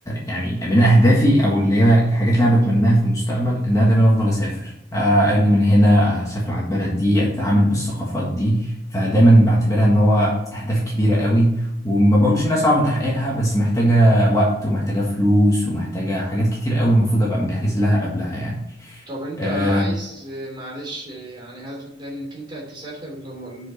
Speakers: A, on the left; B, on the right.
A: يعني من أهدافي أو اللي هي الحاجات اللي أنا بتمناها في المستقبل إن أنا دايما أفضل أسافر آه، أجي من هنا أسافر على البلد دي أتعامل بالثقافات دي فدايما بعتبرها إن هو أهداف كبيرة قوي وما بقولش إنها صعب تحقيقها بس محتاجة وقت ومحتاجة فلوس ومحتاجة حاجات كتير قوي المفروض أبقى مجهز لها قبلها يعني
B: طب انت
A: آه،
B: عايز معلش يعني هدفك ده انك انت تسافر لم-